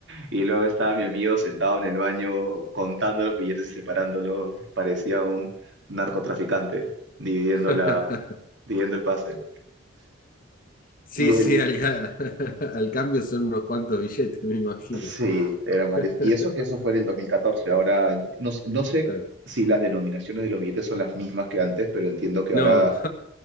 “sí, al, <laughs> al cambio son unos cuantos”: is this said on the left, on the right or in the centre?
Left